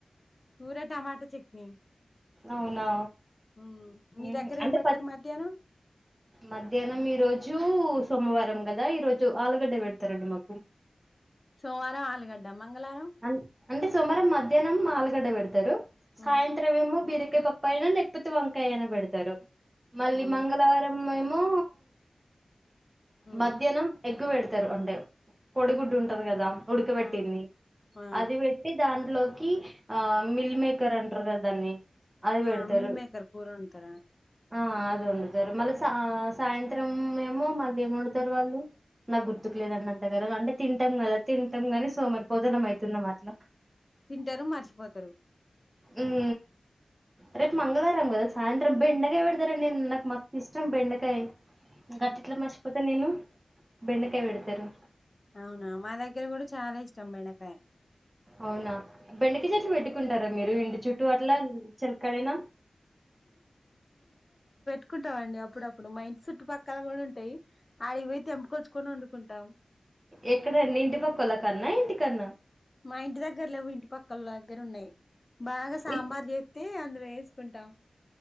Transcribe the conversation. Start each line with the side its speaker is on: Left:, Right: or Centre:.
Left: కూర టమాటా చెక్ని
Right: అవునా
Left: ఉ మీ
Right: ఉహు.
Left: దగ్గర
Right: అంటే
Left: ఏం బెడతరు
Right: ప
Left: మధ్యాహ్నం
Right: మధ్యాహ్నం ఈరోజు సోమవారం కదా ఈరోజు ఆలుగడ్డ పెడుతరండి మాకు
Left: సోమవారం ఆలుగడ్డ మంగళవారం
Right: అన్ అంటే సోమారం మధ్యాహ్నం ఆలుగడ్డ పెడుతరు సాయంత్రం
Left: మ్మ్
Right: ఎమో బిరక్ బిరకాయ పప్పు అయినా లేకపోతే వంకాయ అయిన పెడుతరు మళ్ళీ
Left: అవును
Right: మంగళవారం మేమో
Left: మ్మ్
Right: మధ్యాహ్నం ఎగ్గు పెడతారు అంటే కోడిగుడ్డు ఉంటది కదా ఉడకబెట్టింది
Left: ఆ ఆ
Right: అది పెట్టి దాంట్లోకి ఆ మిల్ మేకర్ అంటారు కదా దాన్ని అది
Left: ఆ
Right: పెడతారు
Left: మిల్మేకర్ కూర అండుతరూ ఆ
Right: ఆ అద వండుతారు మళ్ళీ సాయంత్రం ఏమో మళ్ళీ ఏం వండుతారు వాళ్ళు నాకు గుర్తుకు లేదండి అంత కర అంటే తింటాం కదా తింటాం కాని సోమరి బోధన అవుతున్న మాట్లా
Left: తింటారు మర్చిపోతారు
Right: ఉం రేపు మంగళవారం కదా సాయంత్రం బెండకాయ పెడతారండి నాకు మస్త్ ఇష్టం బెండకాయ గట్టిట్ల మర్చిపోత నేను బెండకాయ పెడతారు
Left: అవునా మా దగ్గర కూడా చాలా ఇష్టం బెండకాయ
Right: అవునా బెండక చెట్లు పెట్టుకుంటారా మీరు ఎంటి చుట్టూ అట్లా చిలకడైనా
Left: చకుంటాం అండి అప్పుడప్పుడు మ ఇంటి చుట్టుపక్కల కూడా ఉంటాయి ఆడి పోయి తెంపకొచ్చుకొని వండుకుంటాం
Right: ఎదాన్ని ఇంటి పక్కోలా కన్నా ఇంటి కన్నా
Left: మా ఇంటి దగ్గర లేవు ఇంటి పక్కళ దగ్గర ఉన్నాయి బాగా సాంబార్
Right: ఇ
Left: చేస్తే అందులో వే తీసుకుంటాం